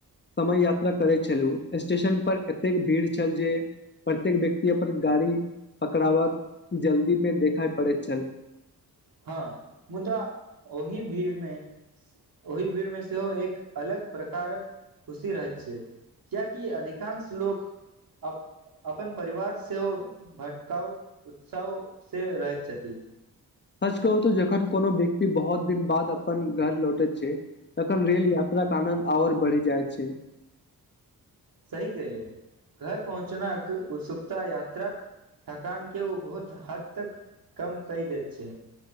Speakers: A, on the left; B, on the right.
A: समय यात्रा करैत छलहूँ स्टेशन पर एतेक भीड़ छल जे प्रत्येक व्यक्ति अप्पन गाड़ी पकड़ावाक जल्दीमे देखाइ पड़ैत छल
B: हाँ मुदा ओहि भीड़मे ओहि भीड़मे सेहो एक अलग प्रकारक खुशी रहैत छै कियाकि अधिकांश लोक अब अपन परिवार सेहो भटकाव उत्साह से रहैत छथि
A: सच कहूँ तो जखन कोनो व्यक्ति बहुत दिन बाद अपन घर लौटे छै तखन रेल यात्रा यात्राक आनन्द आओर बढ़ि जाइ छै
B: सही कहलियै घर पहुँचवाक उत्सुकता यात्राक थकानके ओ बहुत हद तक कम कइ दैत छै